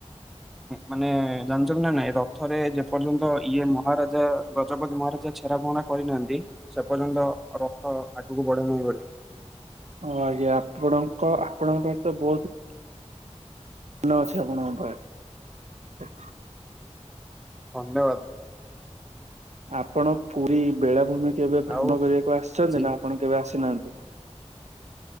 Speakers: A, in the centre; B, on the right (about 75°).
A: ମାନେ ଜାଣିଛ ନା ନାଇଁ ରଥରେ ପର୍ଯ୍ୟନ୍ତ ଇଏ ମହାରାଜା ଗଜପତି ମହାରାଜା ଛେରା ପହରା କରିନାହାନ୍ତି ସେ ପର୍ଯ୍ୟନ୍ତ ରଥ ଆଗକୁ ବଢେନାହିଁ ବୋଲି।
B: ହ ଆଜ୍ଞା ଆପଣଙ୍କ ଆପଣଙ୍କର ତ ବହୁତ ଅଛି ଆପଣଙ୍କ ପାଇଁ
A: ହଙ୍ଗେ
B: ଆପଣ ପୁରୀ ବେଳାଭୂମି କେବେ ଭ୍ରମଣ
A: ଆଉ
B: କରିବାକୁ ଆସିଛନ୍ତି
A: ଆଜି
B: ନା ଆପଣ କେବେ ଆସିନାହାନ୍ତି।